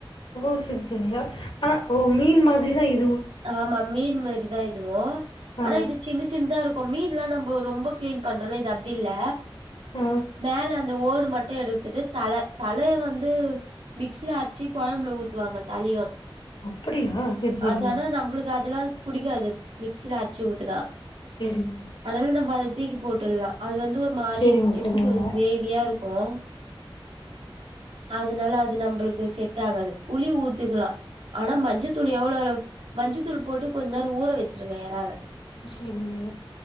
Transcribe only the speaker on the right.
ஆமா மீன் மாறி தா இது அதுவும்
ஆனா இது சின்ன சின்னதா இருக்கும் மீன் எல்லா நம்ம ரொம்ப கிளீன் பண்றோம்ல இது அப்படி இல்ல
வேல அந்த ஓடு மட்டும் எடுத்துட்டு தலை தலைய வந்து மிக்சியில அரிச்சு குழம்புல ஊத்துவாங்க தலையு
அது ஆனா நம்பளுக்கு அதெல்லா பிடிக்காது மிக்சில அரச்சு ஊத்துனா
அதனால நம்ம அது தீக்கி போட்டுறல்லா அது வந்து ஒரு மாதிரி
எப்படி
சொல்றது கிரேவியா இருக்கும் அதனால அது நம்மளுக்கு செட் ஆகாது புளி ஊத்துக்கலா ஆனா மஞ்ச துணி எவ்ளோளவு மஞ்சு தூள் போட்டு கொஞ்ச நேரம் ஊற வச்சிருங்க எராவ